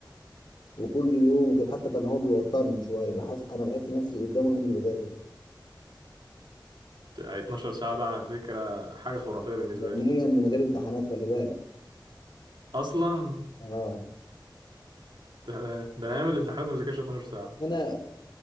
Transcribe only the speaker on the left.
وكل يوم وكده حتى كان هو بيوترني شوية بحس أنا بحس نفسي قدامه أنا مش بذاكر
يوميا
من غير امتحانات خلي بالك
اه
أنا